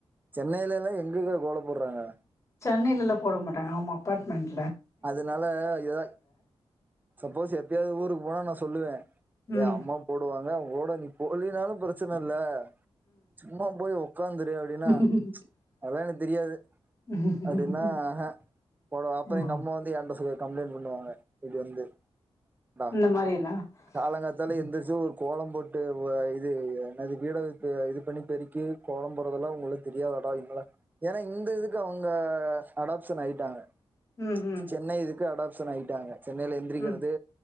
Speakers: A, on the right (about 20°); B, on the left (about 30°).
A: சென்னைல எல்லா எங்க கா கோல போட்றாங்க
B: சென்னைலெல்லா போட மாட்டாங்க ஆமா அப்பாட்மெண்ட்
A: அதனால எதோ சப்போஸ் எப்பியாவது ஊருக்கு போனா நா சொல்லுவே
B: ம்
A: எ அம்மா போடுவாங்க அவங் கூட நீ போலினாலு பிரச்சன இல்ல சும்மா போய் ஒக்காந்துரு அப்டினா
B: ம்
A: அதா எனக் தெரியாது
B: ம்
A: அப்டினா ஆஹா போட
B: ம்.
A: அப்ற எங்க அம்மா வந்து என்ட சொல்லி கம்ப்ளைன் பண்ணுவாங்க இப்டி வந்து டா
B: இந்த மாரினா
A: காலங்காத்தால
B: ம்
A: எந்திரிச்சி ஒரு கோல போட்டு வ இது என்னது வீட த இது பண்ணி பெருக்கி கோலம் போறதெல்லா உங்களுக்கு தெரியாதா ஏனா இந்த இதுக்கு அவுங்க அடாப்ஷன் ஆய்ட்டாங்க
B: ம் ம்
A: சென்னை இதுக்கு அடாப்ஷன் ஆய்ட்டாங்க சென்னைல எந்திரிக்கிறது
B: ம்